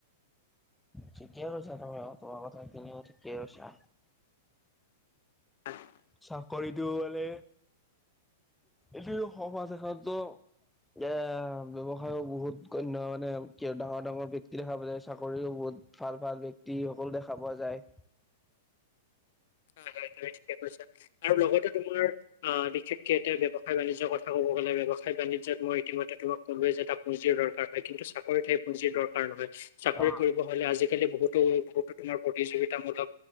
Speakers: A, in the centre; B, on the left.
A: ঠিকে কৈছা তুমি অ কোৱা কথা ঠিকে কৈছা।
B: <unintelligible>
A: চাকৰিটো পালে এইটো সমাজ এখনটো এয়া ব্যৱসায়ো বহুত অন্য মানে কিয় ডাঙৰ ডাঙৰ ব্যক্তি দেখা পালে চাকৰিও বহুত ভাল-ভাল ব্যক্তি অকল দেখা পোৱা যায়।
B: <inaudible> হয়, হয় তুমি ঠিকে কৈছা আৰু লগতে তোমাৰ অ বিশেষকে এতিয়া ব্যৱ ব্যৱসায়-বাণিজ্য কথা ক'ব গলে ব্যৱসায়-বাণিজ্যত মই ইতিমধ্যে তোমাক ক'লোৱে যে এটা পুঁজিৰ দৰকাৰ হয়। কিন্তু চাকৰিত হেই পুঁজিৰ দৰ <unintelligible> নহয় চাকৰি
A: অ
B: কৰিব হ'লে আজি-কালি বহুত <unintelligible> বহুতো তোমাৰ প্ৰতিযোগিতামূলক